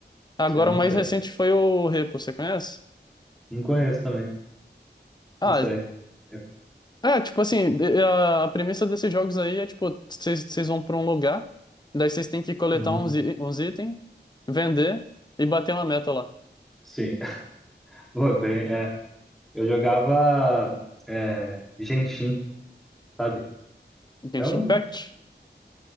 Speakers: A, on the left (about 25°); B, in the centre.
A: Agora
B: Sim, eu não
A: o mais
B: sei.
A: recente foi o Repo, você conhece?
B: Não conheço também.
A: Ah,
B: Não sei. É,
A: É, tipo assim, de- a a premissa desses jogos aí é tipo, vocês vocês vão pra um lugar, daí vocês têm que coletar
B: uhum,
A: uns, i- uns itens, vender e bater uma meta lá.
B: Sim. <laughs> Foi bem, é. Eu jogava é, Genshin, sabe?
A: Genshin
B: É um.
A: Impact?